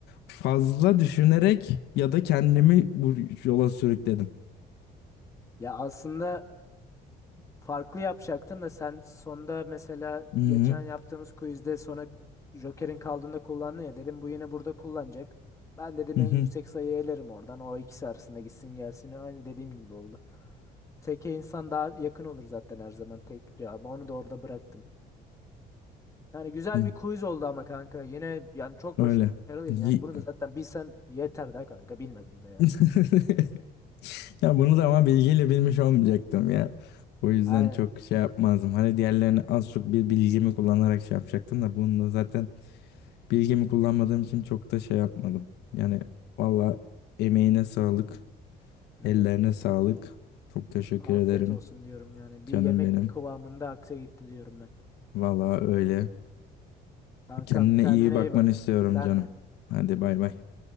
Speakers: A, on the left; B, on the left.
A: fazla düşünerek ya da kendimi bu yola sürükledim.
B: Ya aslında farklı yapacaktım da sen sonda mesela
A: Hı hı.
B: geçen yaptığımız quizde sonra Joker'in kaldığında kullandın ya dedim bu yine burada kullanacak. Ben dedim
A: Hı hı.
B: en yüksek sayıyı elerim oradan o ikisi arasında gitsin gelsin aynı dediğim gibi oldu. Teke insan daha yakın olur zaten her zaman tek cevabı onu da orada bıraktım. Yani güzel
A: hı.
B: bir quiz oldu ama kanka yine yani çok
A: Öyle.
B: başarılıydın
A: Yi-
B: yani bunu da zaten bilsen yeter de kanka bilme bunu da yani.
A: <laughs> Ya bunu da ama bilgiyle bilmiş olmayacaktım ya. O yüzden
B: Aynen
A: çok şey yapmazdım. Hani diğerlerini az çok bir bilgimi kullanarak şey yapacaktım da bunu da zaten bilgimi kullanmadığım için çok da şey yapmadım. Yani valla emeğine sağlık,
B: ne
A: ellerine
B: demek.
A: sağlık. Çok teşekkür
B: Afiyet
A: ederim
B: olsun diyorum yani. Bir
A: canım
B: yemek
A: benim.
B: kıvamında aksa gitti diyorum ben.
A: Valla öyle.
B: Kankam
A: Kendine
B: kendine
A: iyi bakmanı
B: iyi bak.
A: istiyorum
B: Sen
A: canım.
B: de.
A: Hadi bay bay.